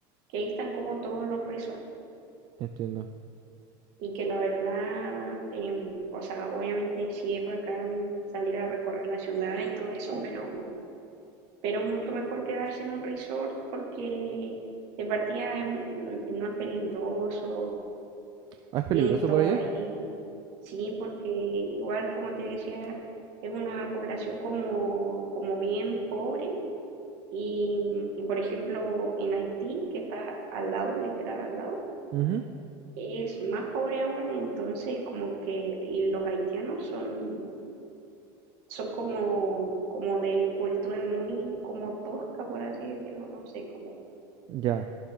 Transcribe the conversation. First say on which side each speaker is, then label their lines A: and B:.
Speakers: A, on the right; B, on the right.
A: que ahí están como todos los resorts.
B: Entiendo.
A: Y que la verdad, em, o sea, obviamente sí es bacán salir a recorrer la ciudad y todo eso, pero, pero mucho mejor quedarse en un resort porque de partida es- n- no es peligroso,
B: Ah, es peligroso
A: tienes todo
B: por allá.
A: ahí. Sí, porque igual como te decía, es una población como, como bien pobre y, y por ejemplo en Haití, que está al lado, literal al lado,
B: Ujú,
A: es más pobre aún, entonces como que y los haitianos son, son como, como de cultura muy como tosca, por así decirlo, no sé, como...
B: Ya,